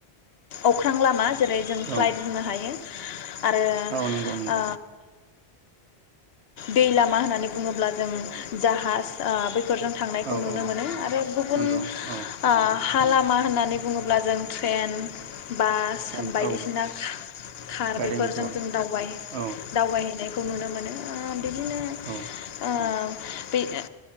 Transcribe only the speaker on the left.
अख्रां लामा जेरै जों
फ्लाय बुंनो हायो। आरो
ओ दै लामा होननानै बुङोब्ला जों जाहाज ओ फोरजों थांनायखौ
नुनो
मोनो आरो गुबुन
आ हा लामा होननानै बुङोब्ला जों ट्रेन बास
बायदिसि
खार
बेफोरजों
जों दावबाय
दावबायहैनायखौ नुनो मोनो। ओ बिदिनो
ओ बे ओ